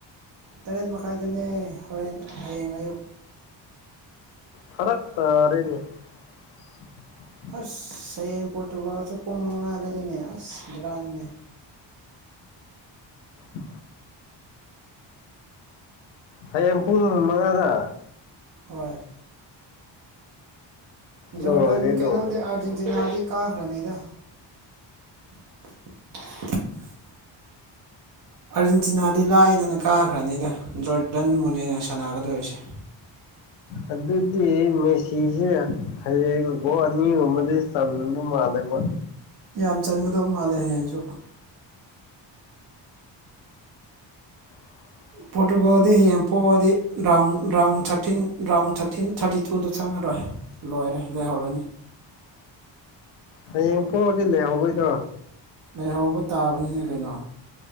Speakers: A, on the right; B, on the left.
A: ꯇꯔꯦꯠ ꯃꯈꯥꯏꯗꯅꯦ ꯍꯣꯔꯦꯟ ꯍꯌꯦꯡ ꯑꯌꯨꯛ
B: ꯐꯔꯛ ꯇꯥꯔꯦꯅꯦ <unintelligible>
A: ꯑꯁ ꯁꯌꯦꯡ ꯄꯣꯔꯇꯨꯒꯥꯜꯁꯨ ꯄꯨꯡ ꯃꯉꯥꯗꯅꯤꯅꯦ ꯑꯁ ꯕꯤꯔꯥꯅꯤꯅꯦ
B: ꯎ ꯍꯌꯦꯡ ꯄꯨꯡ ꯃꯉꯥꯗ
A: ꯍꯣꯏ
B: ꯂꯣꯏꯔꯦ
A: ꯔꯗꯟ ꯀꯩꯅ
B: ꯂꯣꯏꯔꯦ
A: ꯍ ꯑꯔꯖꯦꯟꯇꯤꯅꯥꯒꯤ ꯀꯥ ꯈꯔꯅꯤꯗ <unintelligible> ꯑꯥꯔꯖꯦꯟꯇꯤꯅꯥꯗꯤ ꯂꯥꯏꯗꯅ ꯀꯥꯈ꯭ꯔꯅꯤꯗ ꯖꯣꯔꯗꯟꯕꯨꯅꯦꯅ ꯁꯥꯟꯅꯒꯗꯣꯔꯤꯁꯦ
B: ꯑꯗꯨꯗꯤ ꯃꯦꯁꯤꯁꯦ ꯍꯌꯦꯡꯀꯣ ꯑꯅꯤꯒꯨꯝꯕꯗꯤ ꯆꯜꯕ ꯃꯥꯜꯂꯦꯕ
A: ꯌꯥꯝ ꯆꯪꯅꯤꯡꯒꯗꯧ ꯃꯥꯜꯂꯦ ꯍꯌꯦꯡꯁꯨ
B: <unintelligible>
A: ꯄꯣꯔꯇꯨꯒꯣꯜꯗꯤ ꯍꯌꯦꯡ ꯄꯣꯛꯑꯗꯤ round round thirteen round thirteen thirty ꯇꯨꯗꯣ ꯆꯪꯉꯔꯣꯏ ꯂꯣꯏꯔꯦ ꯂꯩꯍꯧꯔꯅꯤ
B: ꯍꯌꯦꯡ ꯄꯑꯗꯤ ꯂꯩꯍꯧꯧꯕꯩꯗꯣ
A: ꯂꯩꯍꯧꯕ ꯇꯥꯕꯅꯤꯅ ꯀꯩꯅꯣ